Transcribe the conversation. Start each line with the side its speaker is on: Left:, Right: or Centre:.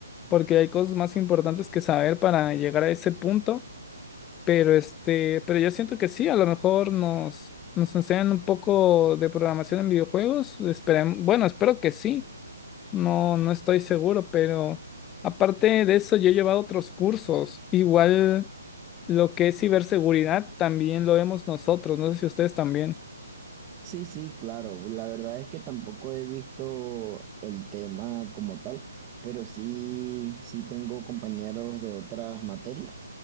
Left: porque hay cosas más importantes que saber para llegar a ese punto. Pero este, pero yo siento que sí, a lo mejor nos, nos enseñan un poco de programación en videojuegos. Esperem- bueno, espero que sí. No, no estoy seguro, pero aparte de eso, yo he llevado otros cursos. Igual. Lo que es ciberseguridad también lo vemos nosotros, no sé si ustedes también.
Right: Sí, sí, claro. La verdad es que tampoco he visto el tema como tal, pero sí, sí tengo compañeros de otras materias